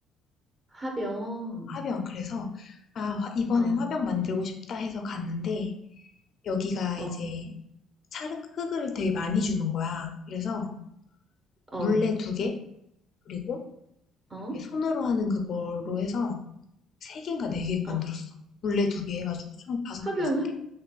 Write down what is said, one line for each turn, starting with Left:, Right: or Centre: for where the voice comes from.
Right: 화병.
Left: 화병. 그래서, 아, 화- 이번엔
Right: 어,
Left: 화병 만들고 싶다 해서 갔는데, 여기가
Right: 어,
Left: 이제 찰흙, 흙을 되게 많이 주는 거야. 그래서
Right: 어,
Left: 물레 두 개, 그리고
Right: 어,
Left: 이렇게 손으로 하는 그걸로 해서 세 개인가 네 개 만들었어.
Right: 어.
Left: 물레 두 개 해가지고 총 다섯
Right: 화병을?
Left: 개, 여섯 개.